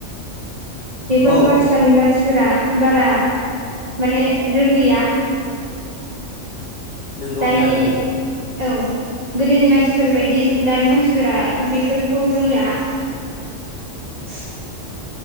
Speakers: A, on the right; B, on the left.
A: बेफोरखौ
B: औ
A: आथिखालनि मानसिफोरा बारा माने रोंलिया
B: नोंगौ
A: दायि
B: थारैनो
A: औ गोदोनि मानसिफोरबायदि दानि मानसिफोरा बेफोरखौ रोंला <unintelligible>